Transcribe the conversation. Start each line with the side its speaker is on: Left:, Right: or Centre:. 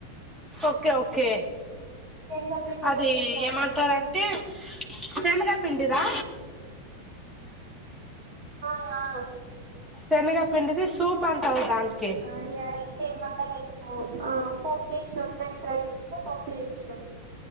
Centre: ఓకే ఓకే
Right: శనగ పిండితో
Centre: అది
Right: చేస్తారు
Centre: ఏమంటారంటే సేమగా <unintelligible> పిండిదా
Right: ఆ ఆ
Centre: శెనగ పిండిది సూప్ అంటావు దాంకే
Right: ఆ ఇగ రైస్ ఏం వండలేదు పోక్ చేసినా నైట్ రైస్ ఉంటే పోక్ చేససినాం